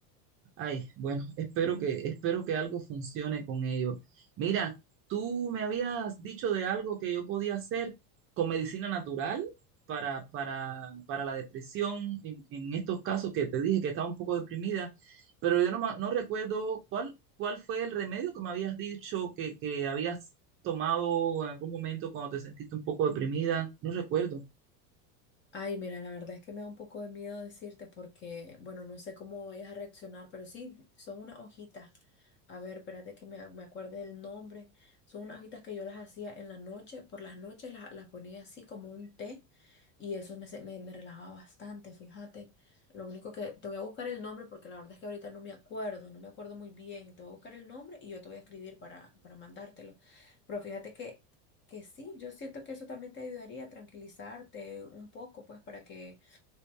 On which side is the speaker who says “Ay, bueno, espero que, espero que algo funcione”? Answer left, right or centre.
Right